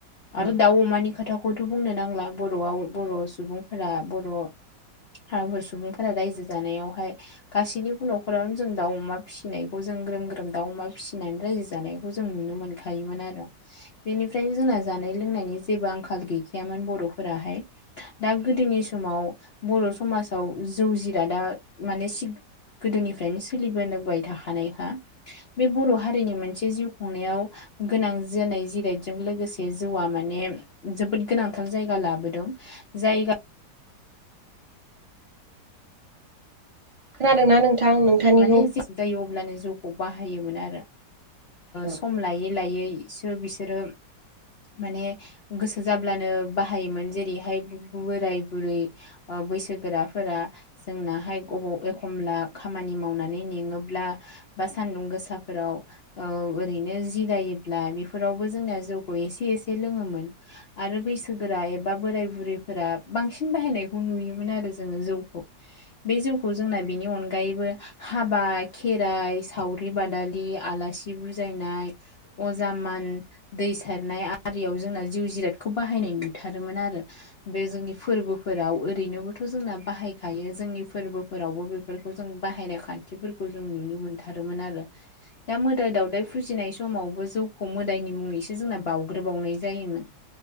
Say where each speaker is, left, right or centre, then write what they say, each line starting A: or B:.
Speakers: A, on the left (about 85°); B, on the right (about 55°).
A: आरो
B: औ
A: दाउ अमानि खोथाखौथ' बुंनो नांला बर'आव बर' सुबुंफोरा बर' बर हाफोर सुबुंफोरा रायजो जानायावहाय गासैनिबो न'खरावनो जों दाउ अमा फिसिनायखौ जों ग्रोम ग्रोम दाउ अमा फिसिनानै रायजो जानायखौ जों नुनो मोनखायोमोन आरो बेनिफ्रायनो जों जा जानाय लोंनायनि जेबो आंखाल गैखायामोन बर' फोराहाय दा गोदोनि सोम समाव बर' समाजाव जौ जिरादा माने सि गोदोनिफ्रायनो सोलिबोनबाय थाखानायखा बे बर' हारिनि मोनसे जिउ खुंनायाव गोनां जानाय जिरायजों लोगोसे जौआ माने जोबोद गोनांथार जायगा लाबोदों। जायगा।
B: खोनादों ना नोंथां? नोंथांनिखौ
A: माने जे जायो अब्लानो जौखौ बाहायोमोन आरो
B: औ
A: सम लायै लायै बिसोर बिसोरो माने गोसो जाब्लानो बाहायोमोन जेरैहाय बोराय बुरै ओ बैसोगोराफोरा जोंनाहाय बबाव एखमब्ला खामानि मावनानै मेङोब्ला बा सान्दुं गोसाफोराव ओरैनो जिराय बेफोरावबो जोंनिया जौखौ एसे एसे लोङोमोन आरो बैसोगोरा एबा बोराय बुरै बांसिन बाहायनायखौ नुयोमोन आरो जोङो जौखौ बे जौखौ जोंना बेनि अनगा अनगायैबो हाबा खेराइ सावरि बादालि आलासि बुजायनाय अजा मान दै सारनाय आरियाव जोंना जिउ जिरादखौ बाहायनाय नुथारोमोन आरो। बे जोंनि फोरबोफोराव ओरैनोबोथ' जोंना बाहायखायो जोंनि फोरबोफोरावबो बेफोर जों बाहायनाय खान्थिफोरखौ जों नुनो मोनथारोमोन आरो दा मोदाय दावउदाय फुजिनाय समाव बो जौखौ मोदायनि मुङैसो जोंना बावउग्रोबावनाय जायोमोन।